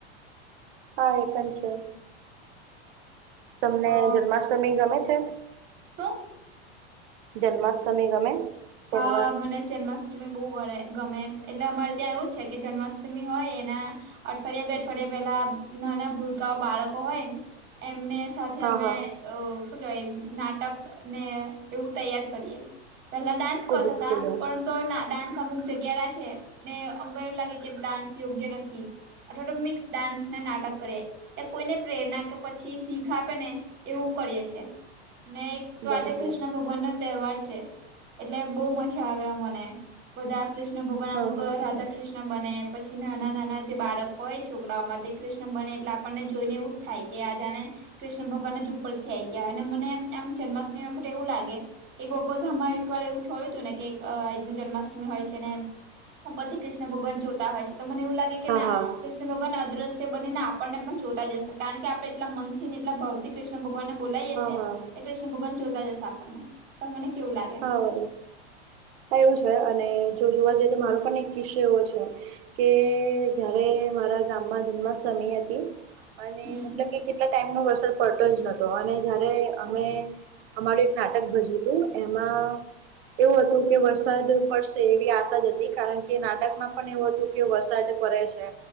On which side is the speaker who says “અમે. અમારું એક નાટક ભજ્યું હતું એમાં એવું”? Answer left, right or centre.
Right